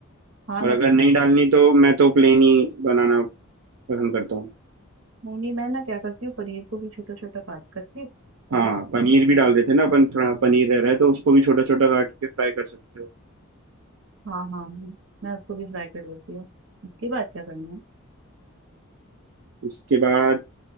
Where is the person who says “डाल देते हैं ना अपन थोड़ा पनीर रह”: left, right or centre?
Right